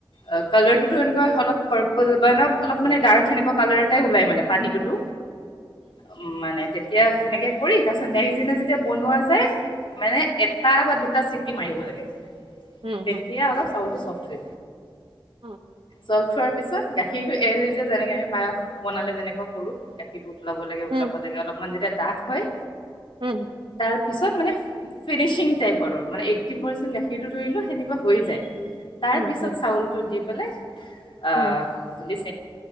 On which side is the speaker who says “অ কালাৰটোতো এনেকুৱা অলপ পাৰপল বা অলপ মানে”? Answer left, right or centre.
Left